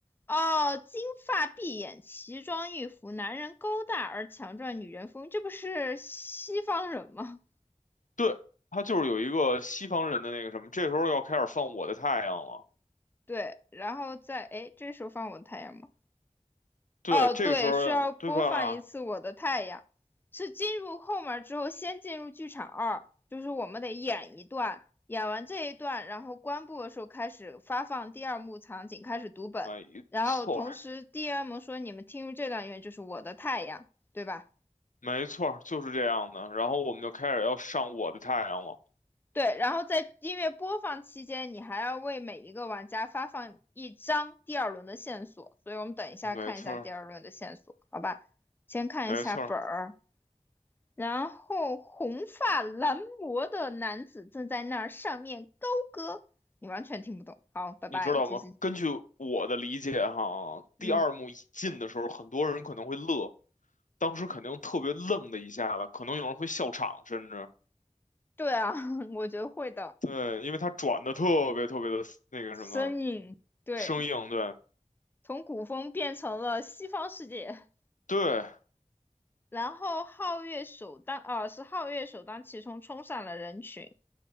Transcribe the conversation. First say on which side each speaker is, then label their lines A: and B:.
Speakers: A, on the left; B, on the left.
A: 哦，金发碧眼，奇装异服，男人高大而强壮，女人风韵这不是西方人吗？
B: 对，他就是有一个西方人的那个什么，这时候要开始放我的太阳了。
A: <laughs> 对，然后在，哎，这时候放我太阳吗？
B: 对，
A: 哦，
B: 这个时候对吧？
A: 对，需要播放一次《我的太阳》，是进入后门之后，先进入剧场二，就是我们得演一段，演完这一段，然后关部的时候开始发放第二幕场景，开始读本，
B: 没错儿
A: 然后同时 DM 说你们听入这段音乐就是《我的太阳》，对吧？
B: 没错儿就是这样的。然后我们就开始要上我的太阳了。
A: 对，然后在音乐播放期间，你还要为每一个玩家发放一张第二轮的线索，所以我们等一下看一下第二轮的线索，
B: 没错儿
A: 好吧？先看一下本儿。
B: 没错儿
A: 然后红发蓝魔的男子正在那儿上面高歌，你完全听不懂。好，拜拜，
B: 你知道吗？
A: 其实，
B: 根据我的理解哈，
A: 嗯，
B: 第二幕一进的时候，很多人可能会乐，当时肯定特别愣的一下子，可能有人会笑场，甚至。
A: 对啊，<laughs> 我觉得会的。
B: 对，因为它转的特别特别的那个什么
A: 身影，对，
B: 生硬，对
A: 从古风变成了西方世界，
B: 对
A: 然后皓月首当，啊，是皓月首当其冲冲上了人群。